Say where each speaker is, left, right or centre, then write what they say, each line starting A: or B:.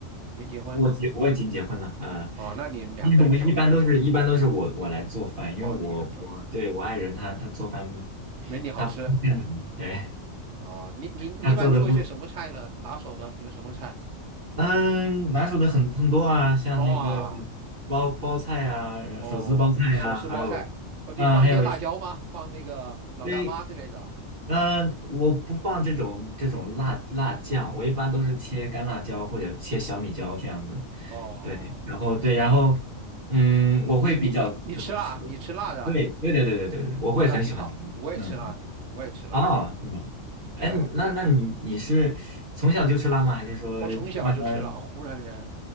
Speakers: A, on the right; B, on the right.
A: 没结婚
B: 我结我已经结婚了，嗯、
A: 哦，那你们两个人做
B: 因为我一般都是一般都是我我来做饭，因为我我对我爱人他他做饭
A: 哦，你一个人做。没你好吃
B: 他哎
A: 啊！你你你一般做一些什么菜呢？
B: 他做的不
A: 拿手的有什么菜？
B: 嗯拿手的很很多啊，像那个
A: 哇
B: 包包菜啊，
A: 哦，
B: 手撕包菜啊，
A: 手撕包菜哦，
B: 还有啊、
A: 你放一些辣椒吗？
B: 还有
A: 放那个老干妈之类的
B: 对，嗯，我不放这种这种辣辣酱，我一般都是切干辣椒或者切小米椒这样子。
A: 哦，
B: 对，然后对，
A: 那更好。
B: 然后嗯，我会比较喜欢吃。
A: 你你你你吃辣，你吃辣的
B: 对，对对对对对对，我会很喜欢吃。
A: 哦，那挺好。我也吃辣，
B: 嗯嗯，
A: 我也吃辣的。
B: 啊，是吗？
A: 对，
B: 哎，你那那你你是从小就吃辣吗？还是说慢慢儿？
A: 我从小就吃辣，湖南人。